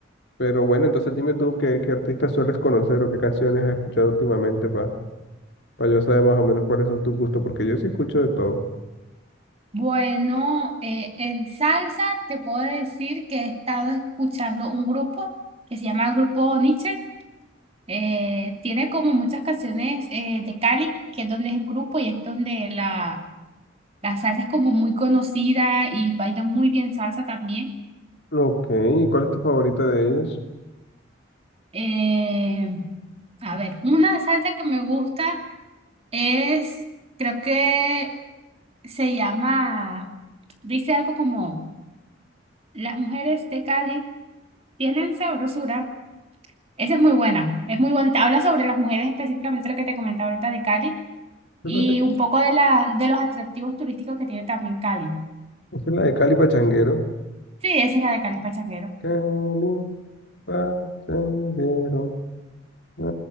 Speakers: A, on the left; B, on the right.
A: Pero bueno, entonces dime tú qué, qué artistas sueles conocer o qué canciones has escuchado últimamente para yo saber más o menos cuáles son tus gustos, porque yo sí escucho de todo.
B: Bueno, eh, en salsa te puedo decir que he estado escuchando un grupo que se llama Grupo Nietzsche. Eh, tiene como muchas canciones eh, de Cali, que es donde es el grupo y es donde la, la salsa es como muy conocida y baila muy bien salsa también.
A: Ok, ¿y cuál es tu favorita de ellos?
B: Eh, a ver, una salsa que me gusta es, creo que se llama, dice algo como, las mujeres de Cali tienen sabrosura. Esa es muy buena, es muy bonita. Habla sobre las mujeres, específicamente lo que te comentaba ahorita de Cali y
A: Esa es la de,
B: un poco de, la, de los atractivos turísticos que tiene también Cali.
A: esa es la de Cali Pachanguero.
B: Sí, esa es la de Cali Pachanguero.
A: Cali Pachanguero. Na,